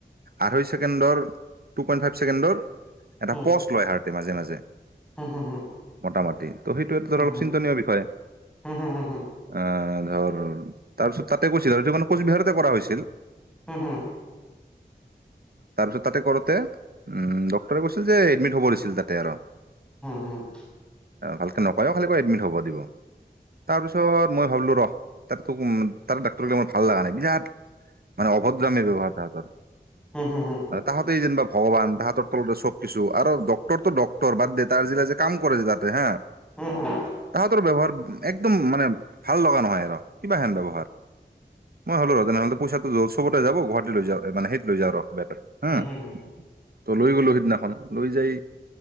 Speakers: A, on the right; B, in the centre.
A: আঢ়ৈ ছেকেণ্ডৰ, টু পইণ্ট ফাইভ ছেকেণ্ডৰ এটা
B: হুম
A: পচ লয় হাৰ্টে মাজে মাজে।
B: হুম
A: মোটামাটি, ত' সেইটোৱেটো ধৰ
B: হুম
A: অলপ
B: হুম
A: চিন্তনীয় বিষয়।
B: হুম হুম
A: আহ ধৰ তাৰপিছত তাতে কৈছিল আৰু সেইটো কাৰণে কোচবিহাৰতে কৰা হৈছিল।
B: হুম-হুম
A: তাৰপিছত তাতে কৰোতে। উম ডক্টৰে কৈছিল যে এডমিট হ'ব দিছিল তাতে আৰু।
B: হুম হুম হুম হুম হুম হুম হুম
A: ভালকে নকয়ও, খালি কৈ এডমিট হ'ব। খবৰ দিব। তাৰ পিছত মই ভাবলো ৰ তাতকে তাৰ ডাক্তৰগিলা মোৰ ভাল লাগা নাই, বিৰাট মানে অভদ্ৰামী ব্যৱহাৰ তাহাঁতৰ।
B: হুম
A: তাহাঁতেই যেনিবা ভগৱান তাহাঁতৰ চব কিছু, আৰু ডক্টৰটো ডক্টৰ বাদ দে, তাৰ জিলা যে কাম কৰেযে তাতে হা
B: হুম-হুম
A: তাহতৰ ব্যৱহাৰ একদম মানে ভাল লগা নহয় আৰু। কিবা হেন ব্যৱহাৰ। মই হ'লোঁ ৰ তেনেহ'লে পইচাটো চবতে যাব, গুৱাহাটী লৈ যাওঁ মানে সেইত লৈ যাওঁ ৰ বেটাৰ হম,
B: হুম হুম হুম
A: ত' লৈ গলো সিদিনাখন, লৈ যাই